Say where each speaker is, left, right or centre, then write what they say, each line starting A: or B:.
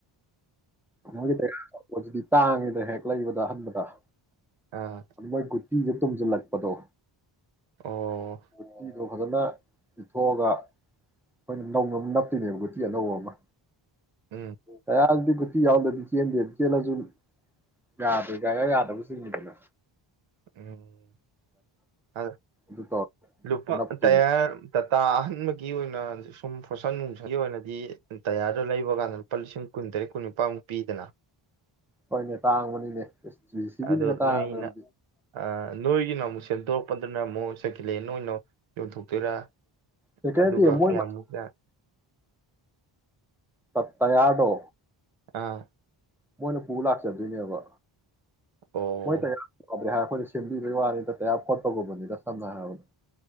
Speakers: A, in the centre; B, on the right.
A: ꯃꯒꯤ ꯇꯥꯌꯔ ꯍꯣꯏꯁꯤꯗꯤ ꯇꯥꯡꯉꯤꯗ ꯍꯦꯛ ꯂꯩꯕꯗ ꯑꯍꯥꯟꯕꯗ ꯇꯥ
B: ꯑꯥ
A: ꯑꯗꯨ ꯃꯣꯏꯒꯨꯠ ꯄꯤꯒꯥ ꯇꯨꯝꯖꯤꯂꯛꯄꯗꯣ
B: ꯑꯣ
A: <inaudible> ꯐꯖꯅ ꯏꯊꯣꯛꯑꯒ ꯑꯩꯈꯣꯏꯅ ꯅꯧꯅ ꯑꯃꯨꯛ ꯅꯞꯇꯣꯏꯅꯦꯕ ꯒꯨꯇꯤ ꯑꯅꯧꯕ ꯑꯃ
B: ꯎꯝ
A: ꯉꯔꯥꯡ ꯕꯤꯟ ꯕꯨꯠꯇꯤ ꯌꯥꯑꯣꯗꯕꯤ ꯆꯦꯟꯗꯦ ꯆꯦꯜꯂꯁꯨ ꯌꯥꯗꯦ ꯒꯥꯌꯔ ꯌꯥꯗꯕꯤꯗ ꯆꯦꯪꯏꯗꯅ
B: ꯎꯝ ꯑ
A: ꯑꯗꯨ ꯇꯧꯔ
B: ꯂꯨꯄꯥ
A: ꯅꯞꯇꯣꯏꯅꯦ
B: ꯇꯌꯥꯔ ꯇꯥꯇꯥ ꯑꯍꯟꯕꯒꯤ ꯑꯣꯏꯅ ꯁꯨꯝ ꯒꯣꯁ ꯄꯟ ꯃꯨꯁꯥꯂꯤ ꯑꯣꯏꯅꯗꯤ ꯇꯌꯥꯔꯗꯨ ꯂꯩꯕ ꯀꯥꯟꯗ ꯂꯨꯄꯥ ꯂꯤꯁꯤꯡ ꯀꯨꯟ ꯇꯔꯤꯛ ꯀꯨꯟꯅꯤꯄꯥꯃꯨꯛ ꯄꯤꯗꯅ
A: ꯍꯣꯏꯅꯦ ꯇꯥꯡꯕꯅꯤꯅꯦ ꯑꯁ ꯖꯤ ꯁꯤ ꯕꯤꯅꯒ
B: ꯑꯣꯗꯨ
A: ꯇꯥꯡꯕꯗꯤ
B: ꯅꯣꯏꯅ ꯑꯥ ꯅꯣꯏꯒꯤꯅ ꯑꯃꯨꯛ ꯁꯦꯝꯗꯣꯔꯛꯄꯗꯨꯅ ꯑꯃꯨꯛ ꯁꯥꯀꯂꯦꯟ ꯂꯧ ꯑꯦ ꯌꯣꯟ ꯊꯣꯛ ꯇꯨꯔꯥ
A: ꯅꯠꯇꯦ
B: ꯑꯗꯨꯒ
A: ꯅꯠꯇꯦ ꯃꯣꯏ
B: ꯀꯌꯥꯃꯨꯛ ꯇꯥ
A: ꯇꯠꯇꯌꯥꯗꯣ
B: ꯑꯥ
A: ꯃꯣꯏꯅ ꯄꯨ ꯂꯥꯛꯆꯗꯣꯏꯅꯦꯕ
B: ꯑꯣ
A: ꯃꯣꯏ ꯇꯥꯌꯥꯔ ꯀꯥꯑꯣꯗꯨꯅꯤ ꯍꯥꯔꯞ ꯑꯩꯈꯣꯏꯅ ꯁꯦꯝꯕꯤꯕꯒꯤ ꯋꯥꯅꯤ ꯗ ꯇꯌꯥ ꯈꯣꯠꯄꯒꯨꯝꯕꯅꯤꯗ ꯁꯝꯅ ꯍꯥꯏꯔꯕꯗ